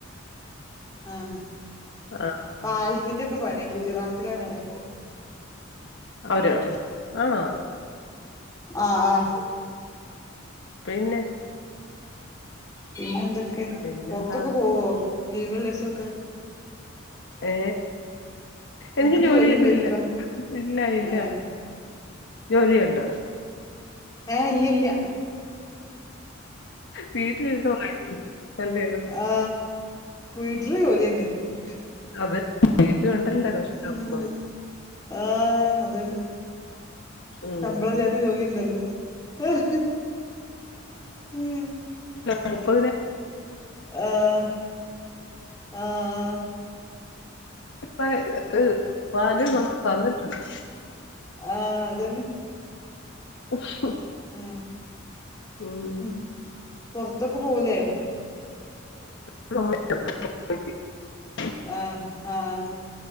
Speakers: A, on the left; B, on the left.
A: ആഹ്
B: ആഹ്
A: പാലത്തിന്റെക്കെ പണിയാ ഗുജറാത്തിലാണ് പറയാ
B: അവരോ
A: ആഹ്
B: ആണോ
A: ആഹ് ആഹ്
B: പിന്നെ
A: പിന്നെന്തൊക്കെ
B: പിന്നെന്താ
A: പൊറത്തൊക്കെ പോവോ ലീവ്ള്ളേസക്കെ
B: ഏ
A: നിങ്ങക്ക്
B: എനിക്ക് ജോലി കിട്ടീല്ല
A: ഉണ്ടോയിക്ക
B: ഇല്ല ഇല്ല
A: ഏ
B: ജോലിയൊണ്ടോ
A: ഏഹ് ഇല്ലില്ല
B: വീട്ടിലിരുന്ന് വായിക്കും അല്ലയോ
A: ആ വീട്ടില് ജോലിന്നെ ഉം
B: അതെ വീട്ടിലൊണ്ടല്ല <unintelligible>
A: ഉം ആഹ് അതന്നെ
B: ഉം
A: ശമ്പളം ഇല്ലാത്ത ജോലി ഇണ്ടല്ലോ എഹ് മ്
B: ആ ഇപ്പ പിന്നെ
A: ആഹ് ആഹ് ആഹ്
B: പ ഏ <unintelligible> പാല് നമുക്ക് വന്നിട്ടുണ്ട്
A: ആഹ് അതന്നെ
B: അ <unintelligible>
A: ഉം
B: ഉം
A: പൊറത്തൊക്കെ പോവൂലേ
B: പോകാൻ പറ്റത്തില്ല <unintelligible>
A: ആ ഹ് ആഹ്